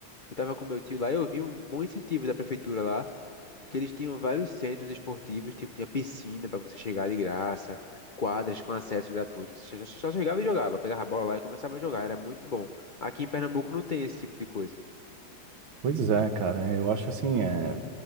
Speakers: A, on the left; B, on the right.
A: eu tava com meu tio lá e eu vi um bom incentivo da prefeitura lá, que eles tinham vários centros esportivos, tipo, tinha piscina para você chegar de graça, quadras com acesso gratuito. Você só só chegava e jogava, pegava a bola lá e começava a jogar, era muito bom. Aqui em Pernambuco não tem esse tipo de coisa.
B: Pois é, cara. é, Eu acho assim, é.